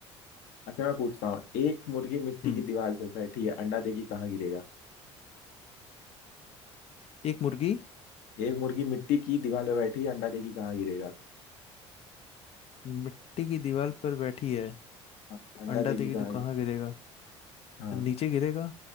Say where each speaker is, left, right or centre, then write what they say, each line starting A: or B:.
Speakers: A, on the left; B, on the left.
A: अच्छा मैं पूछता हूँ एक मुर्गी मिट्टी
B: हम्म
A: की दीवार पे बैठी है अंडा देगी कहाँ गिरेगा
B: एक मुर्गी
A: एक मुर्गी मिट्टी की दीवार पे बैठी है अंडा देगी कहाँ गिरेगा
B: मिट्टी की दीवार पर बैठी है
A: हाँ,
B: तो
A: अंडा
B: अंडा
A: देगी
B: देगी
A: कहाँ
B: तो
A: गिरे
B: कहाँ गिरेगा
A: हाँ
B: नीचे गिरेगा